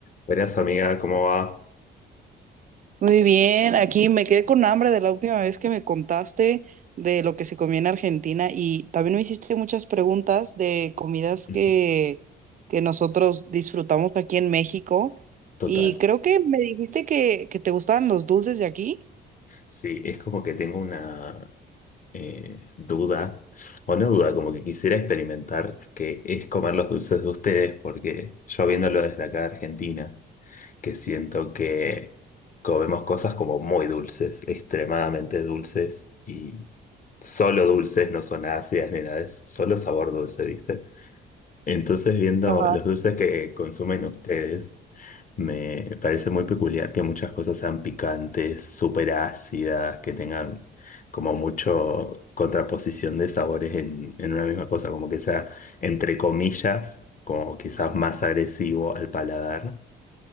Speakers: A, on the left; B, on the right.
A: Buenas amiga, ¿cómo va?
B: Muy bien, aquí me quedé con hambre de la última vez que me contaste de lo que se comía en Argentina y también me hiciste muchas preguntas de comidas
A: Ujú.
B: que, que nosotros disfrutamos aquí en México
A: Total.
B: y creo que me dijiste que, que te gustaban los dulces de aquí.
A: Sí, es como que tengo una eh, duda, o no duda, como que quisiera experimentar que es comer los dulces de ustedes, porque yo viéndolo desde acá de Argentina, que siento que comemos cosas como muy dulces, extremadamente dulces, y solo dulces, no son ácidas ni nada, es solo sabor dulce, ¿viste? Entonces, viendo
B: Ajá.
A: los dulces que consumen ustedes, me parece muy peculiar que muchas cosas sean picantes, súper ácidas, que tengan como mucho contraposición de sabores en, en una misma cosa, como que sea, entre comillas, como quizás más agresivo al paladar.